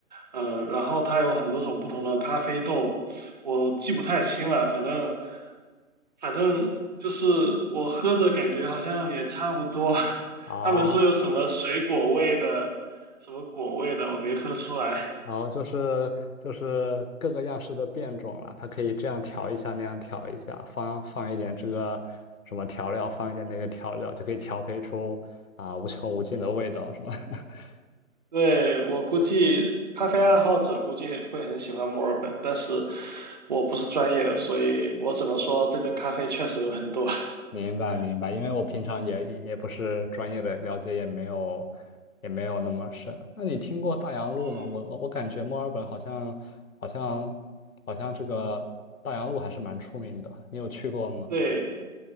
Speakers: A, on the right (about 35°); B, on the left (about 75°).
A: 呃，然后它有很多种不同的咖啡豆，我记不太清了，反正反正就是我喝着感觉好像也差不多，<laughs>
B: 哦，
A: 他们说有什么水果味的，什么果味的，我没喝出来。
B: 然后就是就是各个样式的变种了，它可以这样调一下，那样调一下，放放一点这个什么调料，放一点那个调料，就可以调配出啊、无穷无尽的味道，是吧？<laughs>
A: 对，我估计咖啡爱好者估计很会很喜欢墨尔本，但是我不是专业的，所以我只能说这边咖啡确实有很多。
B: 明白明白，因为我平常也也不是专业的，了解也没有也没有那么深。那你听过大洋路吗？
A: <laughs> 嗯，
B: 我我我感觉墨尔本好像好像好像这个大洋路还是蛮出名的，你有去过吗？
A: 对，